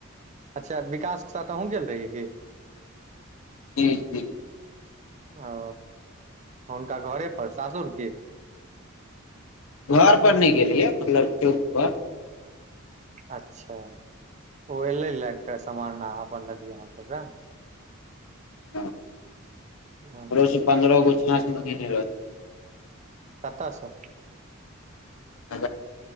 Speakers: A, on the right; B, on the left.
A: अच्छा विकासके साथ अहुँ गेल रहि की?
B: जी जी।
A: ओ हुनका घरे पर सासुर की?
B: घर पर नै गेलियै मतलब चौक पर।
A: अच्छा, ओ एलै ल कऽ समान, अपन लेलियै अहाँ सब
B: हं।
A: ने
B: घरो से पंन्द्रह गो छाँछ मंगेने रहै।
A: कतऽ सऽ?
B: अ